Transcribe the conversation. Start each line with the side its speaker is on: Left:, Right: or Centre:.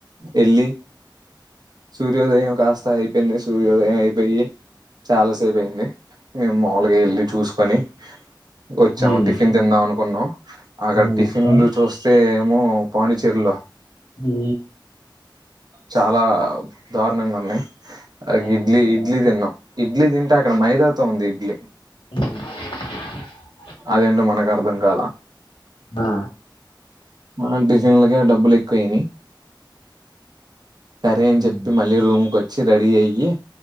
Right: ఏళ్ళి సూర్యోదయం కాస్త అయిపోయింది సూర్యోదయం అయిపోయి చాలాసేపు అయింది మేము మాములుగా ఏళ్ళి చూసుకొని వచ్చాము
Left: హ్మ్.
Right: టిఫిన్ తిందాం అనుకున్నాం అక్కడ
Left: హ్మ్.
Right: టిఫిన్లు
Left: హ్మ్.
Right: చూస్ ఏమో పాండి చెర్రీలో
Left: బు
Right: చాలా దారుణంగా ఉన్నాయి ఒక
Left: కాస్ట్
Right: ఇడ్లీ
Left: ఎక్కువ
Right: ఇడ్లీ
Left: బాగా.
Right: తిన్నాం ఇడ్లీ తింటా అక్కడ మైదా తో ఉంది ఇడ్లీ
Left: అ <unintelligible>
Right: అదేంటో మనకు అర్ధం కాలా
Left: ఆ!
Right: ఆ డిజైన్లకే డబ్బులు ఎక్కువయినయి సరే అని
Left: హ్మ్.
Right: చెప్పి మళ్ళీ రూమ్ కో వచ్చి రెడీ అయ్యి